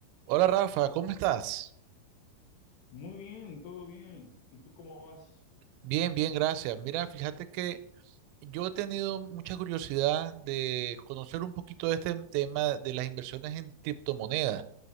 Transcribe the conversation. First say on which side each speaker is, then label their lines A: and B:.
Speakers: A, on the right (about 90°); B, on the left (about 75°).
A: Hola Rafa, ¿cómo estás?
B: Muy bien, todo bien. ¿Y tú cómo vas?
A: Bien, bien, gracias. Mira, fíjate que yo he tenido mucha curiosidad de conocer un poquito de este tema de las inversiones en criptomonedas,